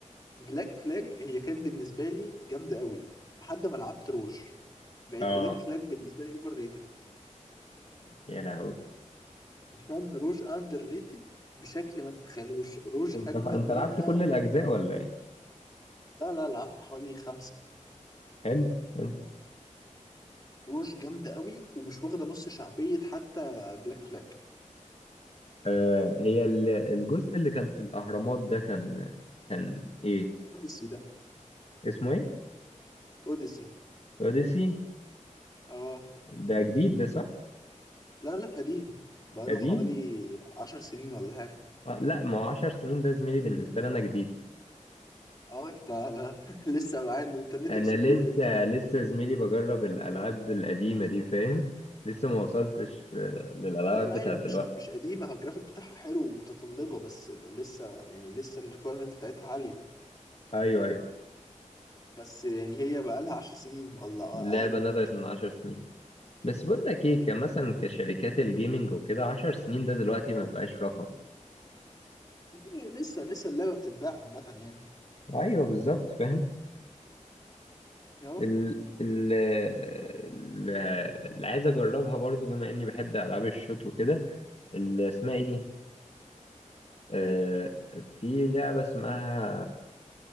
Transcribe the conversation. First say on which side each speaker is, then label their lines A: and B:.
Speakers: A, on the left (about 30°); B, on the left (about 50°).
A: بلاك فلاج هي كانت بالنسبه لي جامده قوي لحد ما لعبت روج بقت
B: اه
A: بلاك فلاج بالنسبه لي اوفر ريتد
B: يا لهوي
A: عشان روج اندر ريتد بشكل ما تتخيلوش روج
B: انت
A: اجمد
B: انت
A: منها
B: لعبت كل
A: ب-
B: الاجزاء ولا ايه
A: لا لا لعبت حوالي خمسه
B: حلو حلو
A: روج جامده قوي ومش واخده نص شعبيه حتى بلاك فلاج
B: آه هي ال- الجزء اللي كان في الأهرامات ده كان كان إيه
A: اوديسي ده
B: اسمه إيه
A: اوديسي
B: أوديسي
A: اه
B: ده جديد ده صح
A: لا لا قديم بقاله
B: قديم
A: حوالي عشر سنين ولا حاجة
B: آه لا ما هو عشر سنين ده زميلي بالنسبة لي أنا جديد
A: اه انت <laughs> لسه بعد انترنت
B: أنا
A: اكسبلور
B: لسه
A: انت
B: لسه زميلي بجرب الألعاب القديمة دي فاهم لسه ما وصلتش
A: آه.
B: آه، للألعاب
A: لا لا
B: بتاعت
A: هي
B: دلوقتي
A: مش مش قديمة هو الجرافيك بتاعها حلو ومتطلبة بس لسه يعني لسه الريكويرمنت بتاعتها عالية
B: أيوه أيوه
A: بس يعني هي بقالها عشر سنين ولا أقل
B: اللعبة نزلت
A: ممكن
B: من عشر سنين بس بقول لك إيه
A: آه.
B: كمثلا كشركات الجيمنج وكده عشر سنين ده دلوقتي ما بقاش رقم
A: آه، <laughs> لسه لسه اللعبة بتتباع عامة يعني
B: أيوه بالظبط فاهم
A: اه
B: ال ال ال- اللي عايز اجربها برضو بما اني بحب العاب الشوت وكده اللي اسمها ايه دي آه
A: ايه
B: في لعبة اسمها